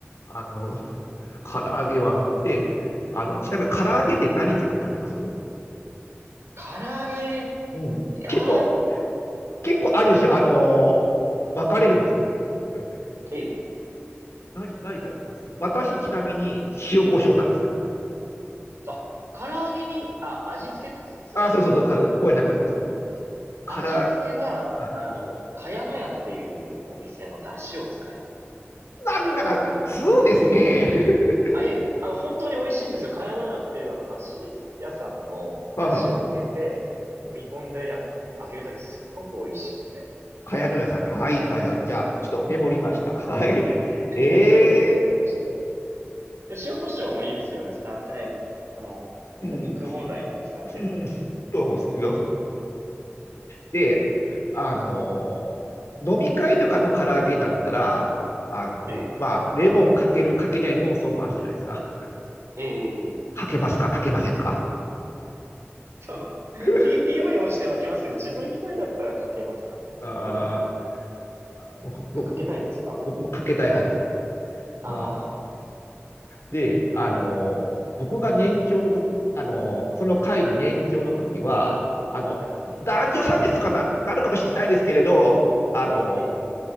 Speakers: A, on the left (about 80°); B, on the right (about 75°).
A: あの、
B: 唐揚げ。
A: 唐揚げはあって、あの、ちなみに唐揚げって何つけて食べます
B: 唐揚げ、い
A: うん。
B: やー、
A: 結構、結構あるでしょ。あのー分かれるんですよね。<laughs>
B: ええ。うん、
A: 何、何食べます私、ちなみに、塩コショウなんですよ。
B: あ、唐揚げに、あ、味付けってことですか、それとも。
A: あー、そうそうそう、かごめんなさい、ごめんなさい。そう。から、
B: 味付けは、
A: あ
B: あの、茅乃舎っていうお店の出汁を使います。
A: なんだか、2ですね。<laughs>
B: あ、いえあの、本当に美味しいんですよ。茅乃舎っていう、あの、だし屋さんのだしを入れて、
A: はあはあ。
B: 揉み込んでや、揚げるだけすっごく美味しくて。
A: かやのやさん。はい、はい、はい。じゃあ、ちょっとメモりました。
B: え
A: はい。えー、
B: へ <laughs> それをよくやってましたね。で塩コショウもいいですよね。スタ、ええ、その、
A: うん、
B: なんか肉本来の美味しさっていうのが出てきて。
A: うん、<laughs> と思うんですけど。で、あのー飲み会とかの唐揚げだったら、あのーまあ、
B: え
A: レモンかけるかけない論争もあるじゃないですか。
B: え、ええ、
A: かけますか、かけませんか
B: そう。
A: <laughs>。
B: TPO 用して分けますけど、自分一人だったらかけますかね。
A: あ
B: 一人なら。
A: あ、も僕も、
B: か、かけたいですか
A: 僕もかけたい派です。
B: ああ
A: あで、あの、僕が年長の時、あの、その会の年長の時は、あの、
B: ー、
A: 男女差別とかなる、
B: え
A: なるかもしれないですけれど、あの、
B: え、ええ、